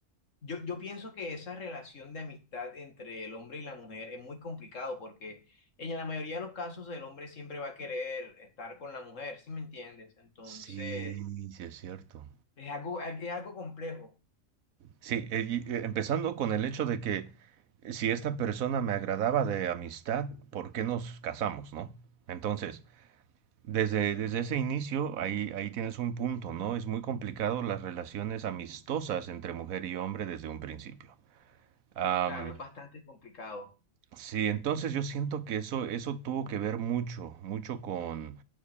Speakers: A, on the left; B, on the right.
A: Yo, yo pienso que esa relación de amistad entre el hombre y la mujer es muy complicado porque en la mayoría de los casos el hombre siempre va a querer estar con la mujer, ¿sí me entiendes? Entonces,
B: sí, sí es cierto.
A: es algo, es algo complejo.
B: Sí, eh, y, eh, empezando con el hecho de que eh, si esta persona me agradaba de amistad, ¿por qué nos casamos, no? Entonces, desde, desde ese inicio, ahí, ahí tienes un punto, ¿no? Es muy complicado las relaciones amistosas entre mujer y hombre desde un principio. Am,
A: Claro, es bastante complicado.
B: sí, entonces yo siento que eso, eso tuvo que ver mucho, mucho con,